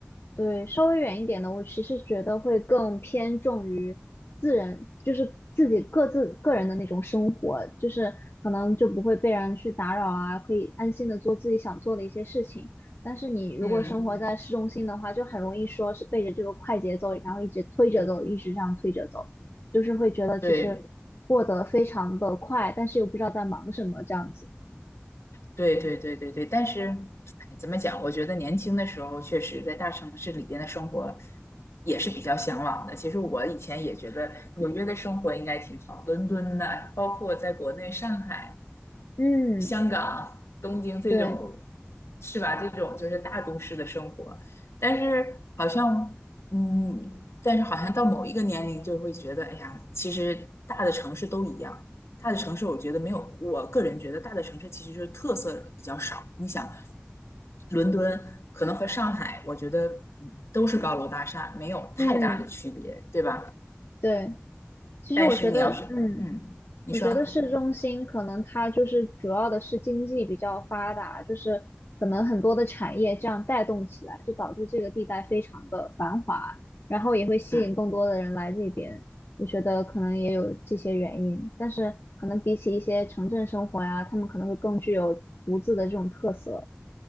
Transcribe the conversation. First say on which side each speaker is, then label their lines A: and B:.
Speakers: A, on the left (about 60°); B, on the left (about 85°).
A: 对，稍微远一点的，我其实觉得会更偏重于自然，就是自己各自个人的那种生活，就是可能就不会被人去打扰啊，可以安心的做自己想做的一些事情。但是你如果生活在市中心的话，
B: 嗯，
A: 就很容易说是背着这个快节奏，然后一直推着走，一直这样推着走，就是会觉得其实过得非常的快，
B: 对，
A: 但是又不知道在忙什么这样子。
B: 对，对，对，对，对。但是，哎，怎么讲？我觉得年轻的时候，确实在大城市里边的生活也是比较向往的。其实我以前也觉得纽约的生活应该挺好，伦敦的，包括在国内上海，
A: 嗯，
B: 香港、东京这种，
A: 对，
B: 是吧？这种就是大都市的生活，但是好像，嗯，但是好像到某一个年龄就会觉得，哎呀，其实大的城市都一样。大的城市，我觉得没有，我个人觉得大的城市其实就是特色比较少。你想，伦敦可能和上海，我觉得嗯都是高楼大厦，没有太大的区别，
A: 嗯，
B: 对吧？
A: 对，其实我觉得，
B: 但是你要是，
A: 嗯。
B: 嗯，你说。
A: 我觉得市中心可能它就是主要的是经济比较发达，就是可能很多的产业这样带动起来，就导致这个地带非常的繁华，然后也会吸引更多的人来这边。
B: 嗯。
A: 我觉得可能也有这些原因，但是可能比起一些城镇生活呀，他们可能会更具有独自的这种特色。